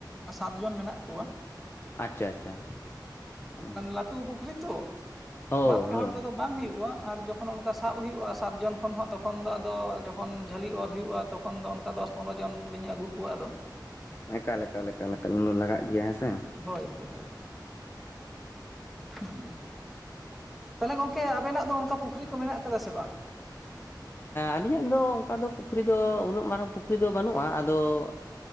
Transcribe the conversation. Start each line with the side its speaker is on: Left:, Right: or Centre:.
Centre: ᱥᱟᱛ ᱡᱚᱱ ᱢᱮᱱᱟᱜ ᱠᱚᱣᱟ᱾
Left: ᱟᱪᱪᱷᱟ ᱟᱪᱪᱷᱟ᱾ ᱚ
Centre: ᱞᱟᱹᱴᱩ ᱯᱩᱠᱷᱨᱤ ᱛᱚ
Left: ᱦᱳᱭ
Centre: ᱵᱟᱨᱯᱮ
Left: ᱦᱳᱭ
Centre: ᱦᱚᱲ ᱛᱮᱫᱚ ᱵᱟᱝ ᱦᱩᱭᱩᱜᱼᱟ᱾ ᱟᱨ ᱡᱚᱠᱷᱚᱱ ᱚᱱᱠᱟ ᱥᱟᱵ ᱦᱩᱭᱩᱜᱼᱟ ᱾ᱥᱟᱛ ᱡᱚᱱ ᱠᱷᱚᱱ ᱦᱚᱸ ᱛᱚᱠᱷᱚᱱ ᱫᱚ ᱟᱫᱚ ᱡᱚᱠᱷᱚᱱ ᱡᱷᱟᱹᱞᱤ ᱚᱨ ᱦᱩᱭᱩᱜᱼᱟ᱾ ᱛᱚᱠᱷᱚᱱ ᱫᱚ ᱚᱱᱠᱟ ᱫᱚᱥ ᱯᱚᱱᱨᱚ ᱡᱚᱱ ᱞᱤᱧ ᱟᱹᱜᱩ ᱠᱚᱣᱟ ᱟᱨᱚ
Left: ᱮᱠᱟᱠᱟ ᱮᱠᱟᱞ ᱮᱠᱟᱞ ᱮᱠᱟᱞ ᱩᱱ ᱫᱚ ᱞᱟᱜᱟᱜ ᱜᱮᱭᱟ ᱦᱮᱸᱥᱮ᱾
Centre: ᱦᱳᱭ ᱦᱳᱭ ᱦᱩᱸ ᱛᱟᱦᱚᱞᱮ ᱜᱚᱝᱠᱮ ᱟᱵᱮᱱᱟᱜ ᱫᱚ, ᱚᱱᱠᱟ ᱯᱩᱠᱷᱨᱤ ᱠᱚ ᱢᱮᱱᱟᱜ ᱠᱟᱫᱟ ᱥᱮ ᱵᱟᱝ?
Left: ᱟᱹᱞᱤᱧᱟᱜ ᱫᱚ, ᱚᱱᱠᱟ ᱫᱚ ᱯᱩᱠᱷᱨᱤ ᱫᱚ ᱩᱱᱟᱹᱜ ᱢᱟᱨᱟᱝ ᱯᱩᱠᱷᱨᱤ ᱫᱚ ᱵᱟᱹᱱᱩᱜᱼᱟ᱾ ᱟᱫᱚᱼᱼ